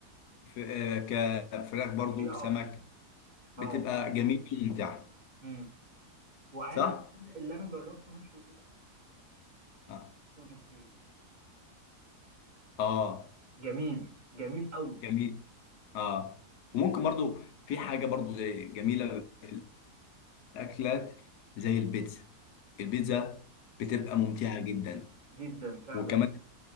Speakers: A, on the left; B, on the right.
A: ف- آه، كفراخ برضو
B: صحيه
A: سمك
B: اكتر
A: بتبقى
B: اه
A: جميلة وممتعة
B: امم وعارف
A: صح؟
B: كمان اللي انا جربته مشوي ايه بقى السردين
A: آه
B: مشوي بالزيت
A: آه
B: جميل جميل قوي
A: جميل آه وممكن برضو في حاجة برضو زي جميلة في الأكلات زي البيتزا البيتزا بتبقى ممتعة جدا
B: جدا فعلا
A: وكمان